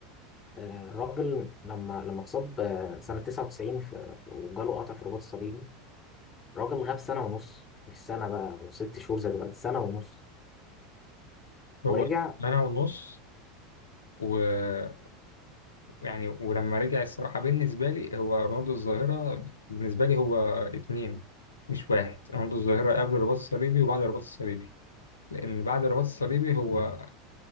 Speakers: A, on the left (about 20°); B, on the left (about 85°).
A: آه، الراجل لما لما اتصاب آه، سنة 99 في- وجاله قطع في الرباط الصليبي الراجل غاب سنة ونص مش سنة بقى وست شهور زي دلوقتي سنة ونص
B: هو
A: ورجع
B: سنه ونص و- ويعني ولما رجع الصراحه بالنسبه لي هو رونالدو الظاهره بالنسبه لي هو اتنين مش واحد رونالدو الظاهره قبل الرباط الصليبي وبعد الرباط الصليبي لان بعد الرباط الصليبي هو